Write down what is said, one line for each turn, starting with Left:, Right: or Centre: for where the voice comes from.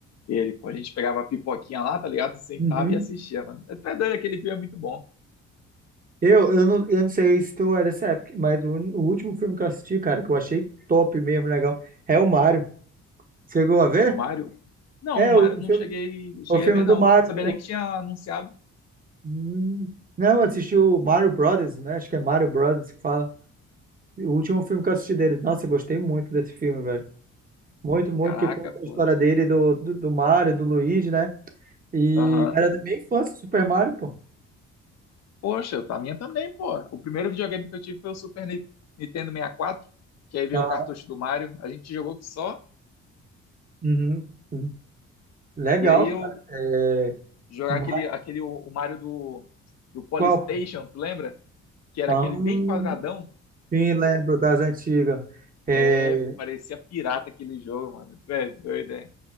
Left: ele, pô. A gente pegava a pipoquinha lá, tá ligado? Sentava
Right: uhum.
Left: e assistia, mano. Até doido, aquele filme é muito bom.
Right: Eu, eu não, eu não sei se tu é dessa época, mas o, o último filme que eu assisti, cara, que eu achei top mesmo, legal, é o Mario. Chegou a ver?
Left: O Mario? Não,
Right: É,
Left: o Mario
Right: o
Left: eu não
Right: filme,
Left: cheguei, cheguei
Right: o filme
Left: a ver,
Right: do
Left: não.
Right: Mario.
Left: Eu não sabia nem que tinha anunciado.
Right: Hum. Não, eu assisti o Mario Brothers, né? Acho que é Mario Brothers que fala. O último filme que eu assisti deles. Nossa, eu gostei muito desse filme, velho. Muito, muito,
Left: Caraca,
Right: que conta
Left: pô.
Right: a história dele, do, do, do Mario, do Luigi, né? E
Left: Aham.
Right: era da minha infância, Super Mario, pô.
Left: Poxa, tá a minha também, pô. O primeiro videogame que eu tive foi o Super Ni- Nintendo 64, que aí veio
Right: Ah,
Left: o cartucho do Mario. A gente jogou que só.
Right: uhum. Hum. Legal,
Left: E aí eu
Right: cara. É...
Left: jogar
Right: Mario
Left: aquele, aquele o, o Mario do, do Polystation,
Right: qual? pô?
Left: tu lembra? Que era
Right: Ah,
Left: aquele
Right: hum,
Left: bem quadradão.
Right: sim, lembro das antigas. É...
Left: É, pô, parecia pirata aquele jogo, mano. Tu é doido, é.